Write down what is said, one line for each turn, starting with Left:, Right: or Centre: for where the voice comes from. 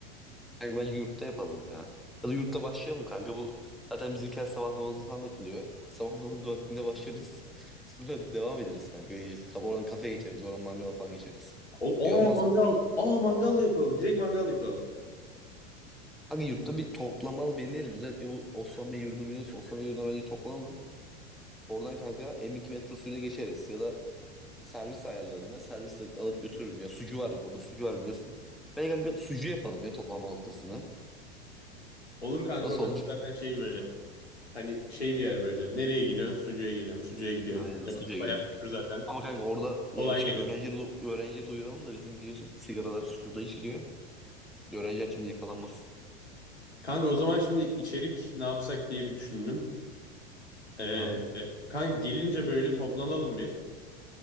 Centre: Kanka bence yurtta yapalım ya. Ya da yurtta başlayalım kanka. Bu zaten bizimkiler sabah namazı falan da kılıyor. Sabah namazı vaktinde başlarız. <laughs> Sonra devam ederiz kanka. İşte kaf- oradan kafeye geçeriz. Oradan mangala falan geçeriz.
Left: Ol
Centre: İyi
Left: Aa
Centre: olmaz
Left: mangal.
Centre: mı?
Left: Aa mangal da yapalım. Direkt mangal yapalım.
Centre: Kanka yurtta bir toplanmalı belirleyelim. Özellikle bu Osman Bey yurdunu biliyorsun. Osman Bey yurduna bence toplanalım. Oradan kanka M2 metrosuyla geçeriz. Ya da servis ayarlarım ben. Servis alır götürürüm ya. Sucu var orada. Sucu var biliyorsun. Ben kanka sucu yapalım ya toplanma noktasında.
Left: Olur kanka
Centre: Nasıl
Left: orası
Centre: olur?
Left: zaten şey böyle. Hani şey bir yer böyle. Nereye geliyorsun? Sucuğa geliyorum. Sucuğa gidiyorum.
Centre: Aynen
Left: Hani
Centre: sucuya
Left: orası bayağı meşhur zaten.
Centre: Ama kanka orada yani
Left: Kolay
Centre: şey
Left: geliyor.
Centre: öğrencileri, du- öğrencileri duyuralım da bizim biliyorsun sigaralar suda içiliyor. Öğrenciler şimdi yakalanmasın.
Left: Kanka o zaman şimdi içerik ne yapsak diye bir düşündüm. Ee,
Centre: Hı
Left: kanka gelince böyle toplanalım bir.